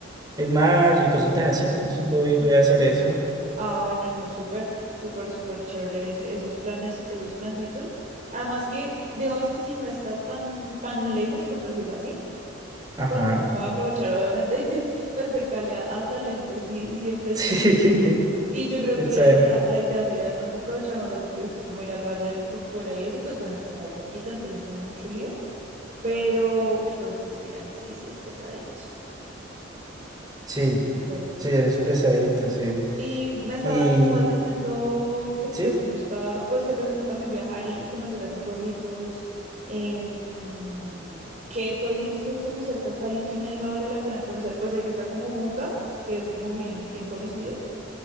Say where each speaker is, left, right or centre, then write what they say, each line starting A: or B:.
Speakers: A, on the right; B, on the right.
A: es mayo y cositas así, entonces voy, voy a hacer eso.
B: Ah, bueno, no, súper, súper, súper chévere ese- esos planes, esos plancitos. Además que, digamos que si no está tan, tan lejos, por decirlo así,
A: Ajá.
B: pues uno puede aprovechar, obviamente, <laughs> pues de Cali a a Salento, sí, siempre es
A: Sí,
B: lejos.
A: <laughs>
B: Y yo
A: eso
B: creo que la
A: era.
B: idea, la idea sería de pronto aprovechar más lo que tú dices, como ir al Valle del Cocora y eso, pues bueno, están ahí cerquita, entonces no hay mucho lío. Pero, uy, pero es que ese viaje sí, sí es pesadito.
A: Sí,
B: sí es pesadito.
A: sí, es pesadito, sí.
B: Y me estabas,
A: Y
B: me estabas diciendo que te
A: sí,
B: gusta, pues que te gusta también viajar y, y conocer así pueblitos. em, ¿qué pueblitos hay como cerca a Cali que uno diga vale la pena conocer? Pues sé que está como Buga, que es como bien, bien conocido,